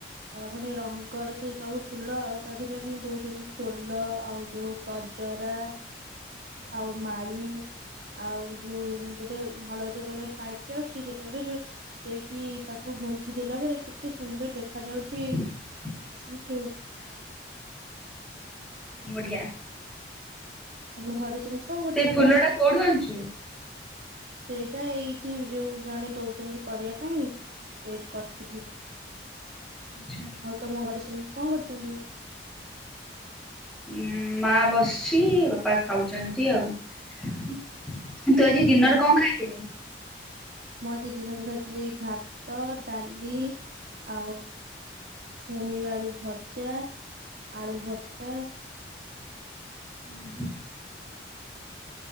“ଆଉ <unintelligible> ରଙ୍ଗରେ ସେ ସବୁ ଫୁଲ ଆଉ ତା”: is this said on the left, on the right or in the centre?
Right